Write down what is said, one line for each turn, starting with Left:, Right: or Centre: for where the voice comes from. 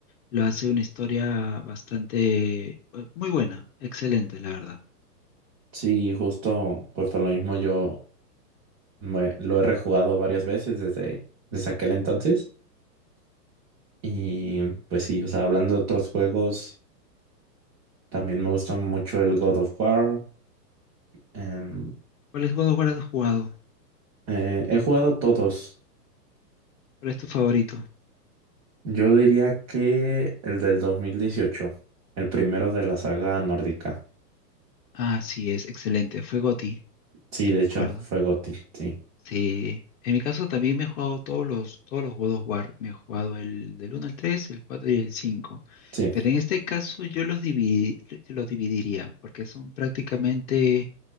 Left: lo hace una historia bastante eh, muy buena, excelente, la verdad.
Right: sí, justo, pues por lo mismo yo me- lo he rejugado varias veces desde, desde aquel entonces. Y pues sí, o sea, hablando de otros juegos, también me gusta mucho el God of War. em,
Left: ¿Cuál es God of War has jugado?
Right: eh, he jugado todos.
Left: ¿Cuál es tu favorito?
Right: Yo diría que el del dos mil dieciocho el primero de la saga nórdica.
Left: Ah, sí, es excelente. Fue GOTY.
Right: Sí,
Left: sí
Right: de
Left: me
Right: hecho,
Left: acuerdo.
Right: fue Gotti, sí.
Left: Sí, en mi caso también me he jugado todos los, todos los God of War. Me he jugado el del uno al 3, el 4 y el 5.
Right: Sí,
Left: Pero en este caso yo los dividi- yo los dividiría porque son prácticamente